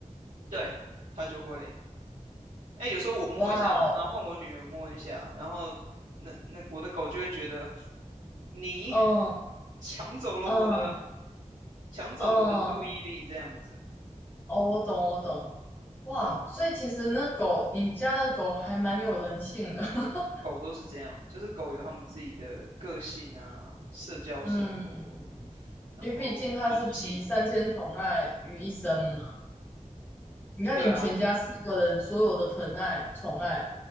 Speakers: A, on the right; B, on the left.
A: 对，它就会。哎，有时候我摸一下了，
B: 哇
A: 然后换我女儿摸一下，然后那那我的狗就会觉得你
B: 哦，
A: 抢走了我的，
B: 嗯嗯
A: 抢走了我的注意力，
B: 嗯，
A: 这样子。
B: 哦，我懂我懂。哇，
A: 嗯，
B: 所以其实那狗，你家的狗还蛮有人性的，<laughs>
A: 狗都是这样，就是狗有它们自己的个性啊，社交生活，
B: 嗯，
A: 然后脾气，
B: 因为毕竟它是集三千宠爱于一身嘛。你看你们全家四个人所有的疼爱、
A: 对啊，
B: 宠爱、